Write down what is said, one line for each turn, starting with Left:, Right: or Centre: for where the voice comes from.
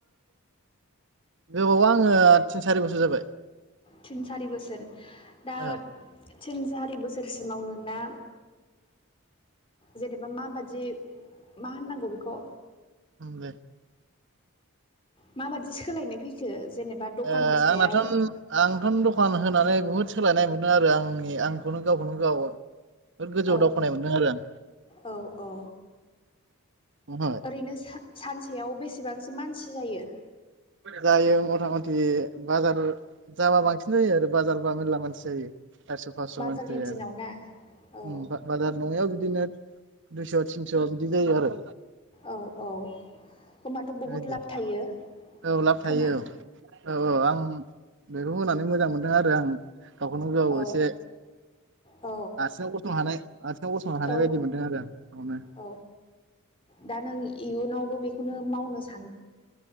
Right: गोबावा आङो तिन सारि बोसोर जाबाय।
Left: तिन सारि बोसोर दा
Right: औ
Left: थिन सारि बोसोरसिमाव नोंना जेनेबा माबादि मा होननांगौ बेखौ?
Right: दे
Left: माबादि सोलायनाय फैखो जेनेबा दखाननि
Right: आ
Left: सायाव
Right: ओ
Left: औ
Right: आंथ' दखान होनानै बुहुद सोलायनाय मोनदों। आरो आंनि आंखौनो गावखौनो गाव बिराद गोजौआव
Left: औ
Right: दावखोनाय मोनदों आरो आं
Left: औ औ
Right: ओमफ्राय
Left: ओरैनो सानसेयाव बेसेबांसो मानसि जायो?
Right: जायो मथा मथि बाजार जाबा बांसिन बि जायो आरो बाजार बा मेर्ला मानसि जायो सारिस' फासस'
Left: बाजारनि
Right: मानसि जायो
Left: दिनाव
Right: आरो।
Left: ना औ
Right: बाजार नङायाव बिदिनो दुइस' थिनस' बिदि जायो आरो।
Left: औ औ होनबाथ'
Right: बेबायदि
Left: बहुत लाब थायो।
Right: औ लाब थायो
Left: खोमा
Right: औ औ औ आं बेखौ होनानै मोजां मोनदों आरो आं। गावखोनो गाव
Left: औ
Right: एसे
Left: औ
Right: आथिङाव गसंनो हानाय आथिङाव गसंनो हानाय
Left: औ औ
Right: बायदि मोनदों आरो आं गावनो
Left: औ दा नों इयुनावबो बेखौनो मावनोसै